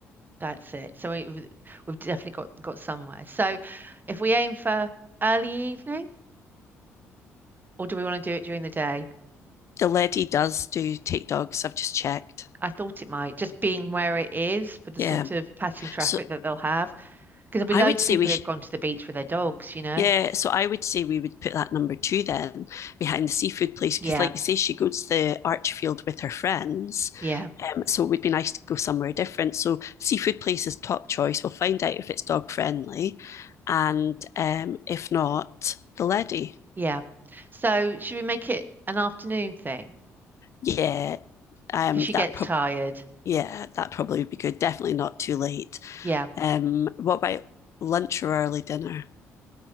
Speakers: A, on the right (about 25°); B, on the left (about 40°).
A: That's it. So we, we- we've definitely got got somewhere. So if we aim for early evening, or do we want to do it during the day?
B: the lady does do take dogs. I've just checked.
A: I thought it might, just being where it is for the
B: Yeah.
A: sort of passing traffic
B: So
A: that they'll have, because there'll be
B: I
A: loads
B: would say
A: of people
B: we sh
A: who've gone to the beach with their dogs, you know?
B: yeah. So I would say we would put that number two then behind the seafood place because,
A: Yeah,
B: like you say, she goes to the Archfield with her friends.
A: yeah,
B: Um, so it would be nice to go somewhere different. So seafood place is top choice. We'll find out if it's dog friendly, and um, if not, the lady.
A: yeah. So should we make it an afternoon thing?
B: Yeah. Um.
A: Because she
B: That
A: gets
B: prob
A: tired.
B: yeah. That probably would be good. Definitely not too late.
A: Yeah.
B: Um. What about lunch or early dinner?